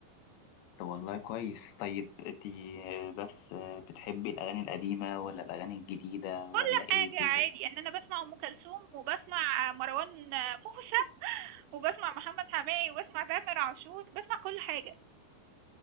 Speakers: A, on the left (about 80°); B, on the right (about 85°).
A: طب والله كويس طيب انتي آه، بس آه، بتحبي الاغاني القديمه ولا الاغاني الجديده ولا
B: كل
A: ايه
B: حاجه
A: بالظبط
B: عادي ان انا بسمع ام كلثوم وبسمع آه، مروان آه، موسى <laughs> وبسمع محمد حماقي وبسمع تامر عاشور بسمع كل حاجه